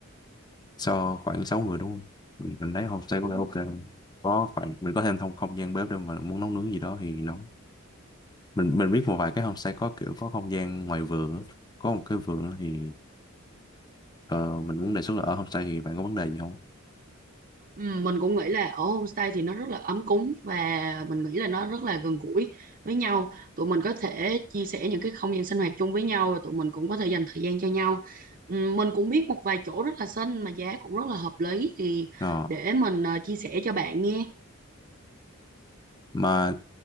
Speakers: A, on the left; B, on the right.
A: cho khoảng 6 người đúng không mình mình thấy homestay
B: Đúng
A: có vẻ
B: không?
A: ok không? có khoảng mình có thêm thông không gian bếp để mà muốn nấu nướng gì đó thì nấu mình mình biết một vài cái homestay có kiểu có không gian ngoài vườn á. có một cái vườn á thì ờ, mình muốn đề xuất là ở homestay thì bạn có vấn đề gì không
B: Ừ, mình cũng nghĩ là ở homestay thì nó rất là ấm cúng và mình nghĩ là nó rất là gần gũi với nhau. Tụi mình có thể chia sẻ những cái không gian sinh hoạt chung với nhau và tụi mình cũng có thể dành thời gian cho nhau. Ừ, mình cũng biết một vài chỗ rất là xinh mà giá cũng rất là hợp lý thì
A: Ờ,
B: để mình ờ, chia sẻ cho bạn nghe.
A: mà